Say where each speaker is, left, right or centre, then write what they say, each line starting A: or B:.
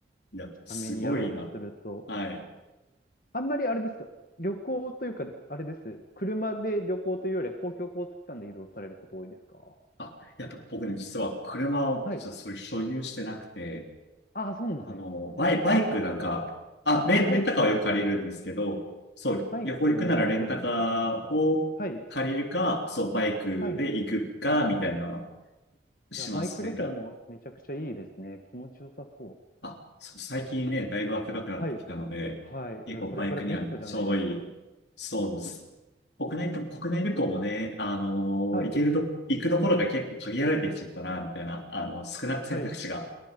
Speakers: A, on the left; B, on the left.
A: いや、すごいな。
B: ためにやろうとすると。
A: はい。
B: あんまりあれですか、旅行というか、あれです。車で旅行というよりは公共交通機関で移動されること多いですか
A: あ、やっぱ僕ね、実は車をちょっとそういう所有してなくて、
B: はい。ああ、そうなんですね。
A: あの、
B: じゃあ、
A: バイ、
B: レンタカーとか。
A: バイクなんか、あ、
B: あ、
A: レン、
B: バイクなんですね。
A: レンタカーはよく借りるんですけど、そう、
B: バイクけど乗られてるんですね。
A: 旅行行くならレンタカーを借りるか、
B: はい。
A: そう、バイクで行くか、
B: はい。うーん。
A: みたいなのは
B: い
A: しますね。
B: や、バイク旅行もめちゃくちゃいいですね。
A: だ、
B: 気持ちよさそう。
A: あ、そう、最近ね、だいぶ暖かくなってきたので、
B: はい。はい。
A: 結構バイクにはちょうどいい。
B: いや、これからベストじゃないですか。
A: そうです。国内と、国内旅行もね、あの行けると、
B: はい。
A: 行くところが結構限られてきちゃったな、みたいな、あの、少なく選択肢が
B: はい。